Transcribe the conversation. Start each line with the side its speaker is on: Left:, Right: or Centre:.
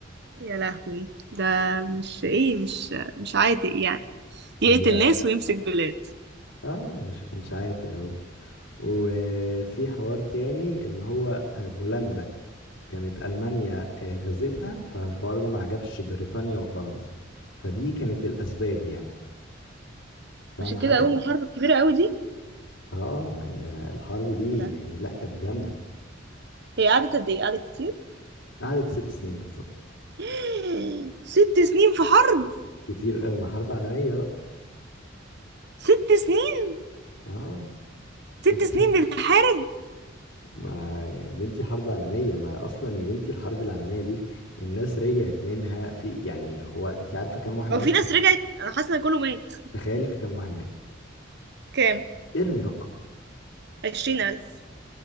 Right: يا لهوي ده مش ايه مش مش عاتق يعني يقتل
Left: لا
Right: ناس ويمسك بلاد
Left: اه مش كانش عاتي اهو وفي حوار تاني ان هو آه، بولندا كانت ألمانيا آه، غزتها فالحوار ده ما عجبش بريطانيا وفرنسا فدي كانت الأسباب يعني فاهمة
Right: عشان كده
Left: حاجة؟
Right: قوم الحرب الكبيرة قوي دي
Left: اه ما هي الحرب دي
Right: يا لهوي
Left: يعني لا كانت جامدة
Right: هي قعدت قد ايه قعدت كتير
Left: قعدت ست سنين بالظبط
Right: <gasps> ست سنين في حرب
Left: كتير قوي ما حرب عالمية بقى
Right: ست سنين
Left: اه شفتي
Right: ست سنين بنحارب
Left: ما يا بنتي حرب عالمية ما اصلا يا بنتي الحرب العالمية دي الناس رجعت منها في يعني هو انت عارفة كم واحد مات
Right: هو في ناس
Left: تخ-
Right: رجعت انا حاسه ان كله مات
Left: تخيلي في كم واحد مات
Right: كام
Left: ارمي رقم
Right: عشرين ألف